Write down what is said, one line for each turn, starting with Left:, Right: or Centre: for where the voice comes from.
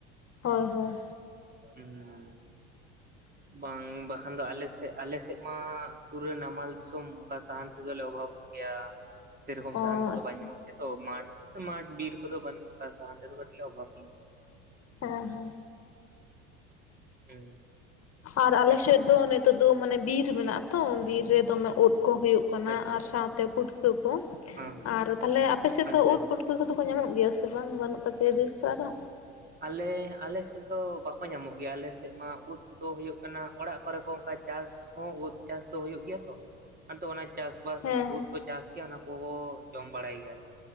Left: ᱦᱳᱭ ᱦᱳᱭ
Right: ᱦᱩᱸ
Left: <inaudible>
Right: ᱵᱟᱝ ᱵᱟᱠᱷᱟᱱ ᱫᱚ ᱟᱞᱮᱥᱮᱫ ᱟᱞᱮᱥᱮᱫ ᱢᱟ ᱯᱩᱨᱟᱹ ᱱᱟᱢᱟᱞ ᱫᱤᱥᱚᱢ ᱚᱱᱠᱟ ᱥᱟᱦᱟᱱ ᱛᱮᱫᱞᱮ ᱚᱵᱷᱟᱵᱜ ᱜᱮᱭᱟ ᱥᱮᱨᱚᱠᱚᱢ
Left: ᱚ
Right: ᱥᱟᱦᱟᱱ ᱠᱚᱫᱚ
Left: ᱟᱪᱪᱷᱟ
Right: ᱵᱟᱝ ᱧᱟᱢᱚᱜ ᱜᱮᱭᱟ ᱛᱚ ᱢᱟᱴᱷ ᱢᱟᱴᱷ ᱵᱤᱨ ᱠᱚᱫᱚ ᱵᱟᱹᱱᱩᱜᱼᱟ ᱥᱟᱦᱟᱱ ᱛᱮᱫᱚᱞᱮ ᱠᱟᱹᱴᱤᱡᱞᱮ ᱚᱵᱷᱟᱵ ᱜᱮᱭᱟ
Left: ᱦᱩᱸ ᱦᱩᱸ
Right: ᱦᱩᱸ
Left: ᱟᱨ ᱟᱞᱮᱥᱮᱫ ᱫᱚ ᱱᱤᱛᱚᱜ ᱫᱚ ᱢᱟᱱᱮ ᱵᱤᱨ ᱢᱮᱱᱟᱜᱼᱟ ᱛᱚ ᱵᱤᱨ- -ᱨᱮ ᱫᱚᱢᱮ ᱩᱫ ᱠᱚ ᱦᱩᱭᱩᱜ ᱠᱟᱱᱟ
Right: ᱟᱪᱪᱷᱟ
Left: ᱟᱨ ᱥᱟᱶᱛᱮ ᱯᱷᱩᱴ- ᱠᱟᱹ ᱠᱚ
Right: ᱦᱮᱸ
Left: ᱟᱨ ᱛᱟᱦᱞᱮ ᱟᱯᱮ ᱥᱮᱫ
Right: ᱟᱪᱪᱷᱟ
Left: ᱫᱚ ᱩᱫ
Right: ᱟᱪᱪᱷᱟ
Left: ᱯᱩᱴ- -ᱠᱟᱹ ᱠᱚᱫᱚ ᱠᱚ ᱧᱟᱢᱚᱜ ᱜᱮᱭᱟ ᱥᱮ ᱵᱟᱝ ᱵᱟᱹᱱᱩᱜ ᱛᱟᱯᱮᱭᱟ ᱵᱤᱨ ᱠᱚ ᱟᱨᱚ
Right: ᱟᱞᱮ ᱟᱞᱮ ᱥᱮᱫ ᱫᱚ ᱵᱟᱠᱚ ᱧᱟᱢᱚᱜ ᱜᱮᱭᱟ ᱟᱞᱮ ᱥᱮᱫ ᱢᱟ ᱩᱫ ᱫᱚ ᱦᱩᱭᱩᱜ ᱠᱟᱱᱟ ᱚᱲᱟᱜ ᱠᱚᱨᱮ ᱠᱚ ᱚᱱᱠᱟ ᱪᱟᱥ ᱦᱚᱸ ᱩᱫ ᱪᱟᱥ ᱫᱟ ᱦᱩᱭᱩᱜ ᱜᱮᱭᱟ ᱛᱚ ᱟᱫᱚ ᱚᱱᱟ ᱪᱟᱥ ᱵᱟᱥ
Left: ᱦᱮᱸ ᱦᱮᱸ
Right: ᱩᱫ ᱠᱚ ᱪᱟᱥ ᱜᱮᱭᱟ ᱚᱱᱟ ᱠᱚ ᱠᱚ ᱡᱚᱢ ᱵᱟᱲᱟᱭ ᱜᱮᱭᱟᱞᱮ